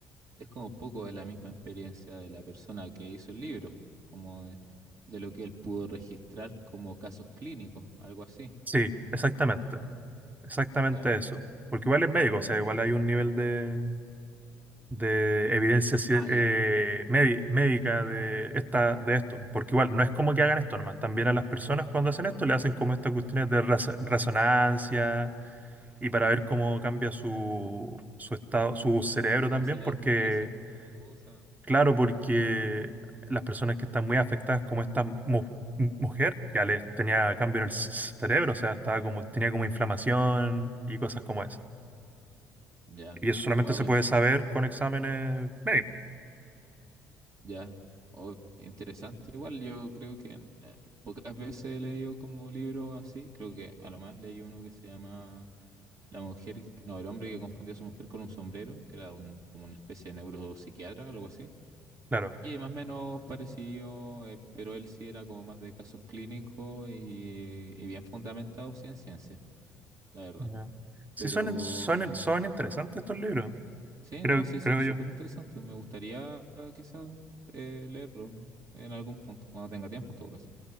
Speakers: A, on the right (about 45°); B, on the right (about 20°).
A: Es como un poco de la misma experiencia de la persona que hizo el libro, como de, de lo que él pudo registrar como casos clínicos, algo así.
B: Sí, exactamente, exactamente
A: Ya.
B: eso. Porque igual es médico, o sea, igual hay un nivel de, de evidencia ci-
A: Ah,
B: eh,
A: ya.
B: medi- médica de, esta, de esto. Porque igual no es como que hagan esto nomás, también a las personas cuando hacen esto le hacen como estas cuestiones de raz- resonancia y para ver cómo cambia su, su estado, su cerebro
A: ¿Cómo
B: también,
A: se le
B: porque,
A: activa cierta cosa?
B: claro, porque las personas que están muy afectadas, como esta mu- mujer, ya les tenía cambio en el c- cerebro, o sea, estaba como, tenía como inflamación y cosas como esa.
A: Ya.
B: Y eso solamente
A: Wow,
B: se
A: in-
B: puede saber con exámenes médicos,
A: ya. Oh, interesante. Igual yo creo que en- eh, pocas veces he leído como libro así. Creo que a lo más leí uno que se llama La mujer, no, el hombre que confundió a su mujer con un sombrero, que era un, como una especie de neuropsiquiatra, algo así.
B: claro.
A: Y más o menos parecido, eh, pero él sí era como más de casos clínicos y, y bien fundamentado sí en ciencia, la verdad.
B: Ya. Sí,
A: Pero
B: son, son, son interesantes estos libros,
A: sí,
B: creo,
A: no, sí son
B: creo
A: súper
B: yo.
A: interesantes. Me gustaría ah, quizás eh, leerlo en algún punto, cuando tenga tiempo en todo caso.